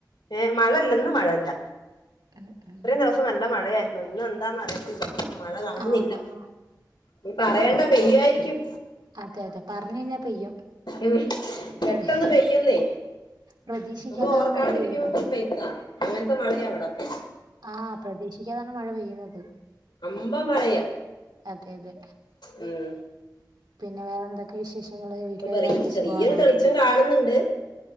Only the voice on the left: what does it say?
ഏഹ് മഴ ഇല്ല ഇന്ന് മഴല്ല
ഇത്രീം ദിവസം നല്ല മഴയായ്രുന്നു ഇന്നെന്താന്നറിയത്തില്ല മഴ കാണ്ന്നില്ല
നി പറയണ്ട പെയ്യായ്രിക്കും
ഉം പെട്ടന്ന്
പെയ്യുന്നെ
നമ്മളോർക്കാണ്ടിരിക്കുമ്പൊ
പെയ്താ. അങ്ങൻത്തെ മഴയാ ഇവടകെ
അമ്പ മഴയാ
ഉം
ഇപ്പൊ ചെറിയൊരു
തെളിച്ചം കാണുന്നുണ്ട്